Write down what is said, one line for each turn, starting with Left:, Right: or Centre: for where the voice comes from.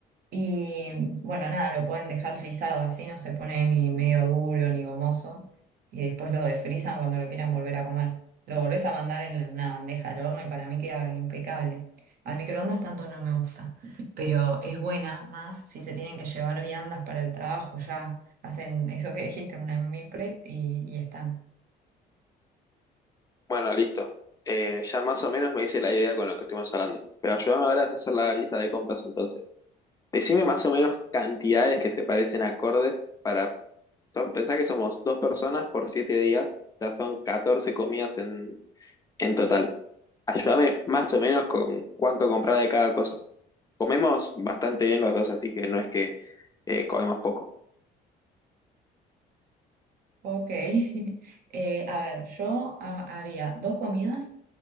Right: Y bueno, nada, lo pueden dejar frisado así, no se pone ni medio duro ni gomoso. Y después lo desfrizan cuando lo quieran volver a comer. Lo volvés a mandar en una bandeja al horno y para mí queda impecable. Al microondas tanto no me gusta, pero es buena más si se tienen que llevar viandas para el trabajo. Ya hacen eso que dijiste, una meal prep y, y están.
Left: Bueno, listo. Eh, ya más o menos me hice la idea con lo que estuvimos hablando. Pero ayúdame ahora a hacer la lista de compras entonces. Decime más o menos cantidades que te parecen acordes para... Son, pensá que somos dos personas por siete días, ya son 14 comidas en, en total. Ayúdame más o menos con cuánto comprar de cada cosa. Comemos bastante bien los dos, así que no es que eh, comemos poco.
Right: Ok. <laughs> Eh, a ver, yo ha- haría dos comidas